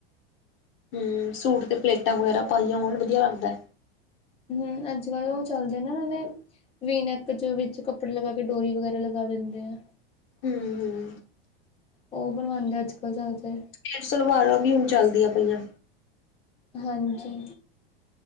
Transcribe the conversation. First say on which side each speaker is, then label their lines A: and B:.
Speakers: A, on the left (about 45°); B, on the left (about 20°).
A: ਹੂੰ, ਸੂਟ ਤੇ ਪਲੇਟਾਂ ਵਗ਼ੈਰਾ ਪਾਈਆਂ ਹੋਣ ਵਧੀਆ ਲੱਗਦਾ ਐ।
B: ਹੂੰ, ਅੱਜ ਕੱਲ ਓ ਚੱਲਦੇ ਨਾ ਉਨਾਂ ਦੇ ਵੀ, ਨੈਕ ਚ ਵਿੱਚ ਕੱਪੜੇ ਲਗਾ ਕੇ ਡੋਰੀ ਵਗੈਰਾ ਲਗਾ ਦਿੰਦੇ ਆ
A: ਹੂੰ-ਹੂੰ।
B: ਓ ਬਣਵਾਦੇ ਆ, ਅੱਜ ਕੱਲ ਜ਼ਿਆਦਾਤਰ
A: ਸਟੇਟ ਸਲਵਾਰਾਂ ਵੀ ਹੁਣ ਚੱਲਦੀਆਂ ਪਈਆਂ
B: ਹਾਂਜੀ।